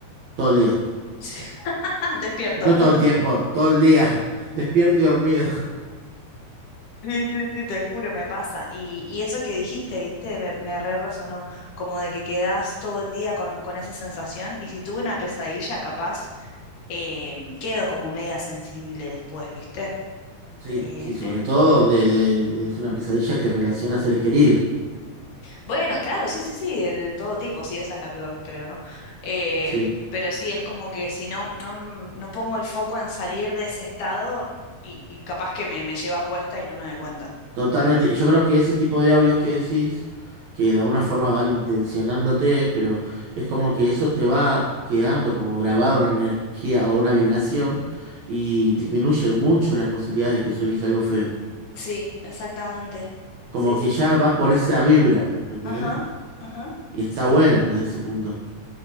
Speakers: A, on the right (about 65°); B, on the left (about 65°).
A: todo el día?
B: <laughs> Ah, Despierto.
A: No todo el tiempo, todo el día, <laughs> despierto y dormido.
B: Sí, sí, sí, te juro, me pasa. Y, y eso que dijiste, viste, me, me re resonó, como de que quedás todo el día con, con esa sensación y si tuve una pesadilla, capaz, eh, quedo como media sensible después, viste.
A: Sí,
B: Eh,
A: sí,
B: me-
A: sobre todo donde de- es una pesadilla que relaciona a seres queridos.
B: Bueno, claro, sí, sí, sí, de, de todo tipo, sí, esa es la peor, creo, ¿no? Eh,
A: Sí,
B: pero sí, es como que si no, no, no pongo el foco en salir de ese estado y, y capaz que me, me lleva puesta y no me doy cuenta.
A: totalmente. Y Yo creo que ese tipo de audios que decís, que de alguna forma van intencionándote, pero es como que eso te va quedando como grabado una energía o una vibración y disminuye mucho las posibilidades de que sueñes algo feo.
B: Sí, exactamente.
A: Como
B: Sí, sí,
A: que ya
B: sí.
A: vas por esa vibra, ¿me entendés?
B: Ajá, ajá,
A: Y está
B: sí.
A: bueno desde ese punto.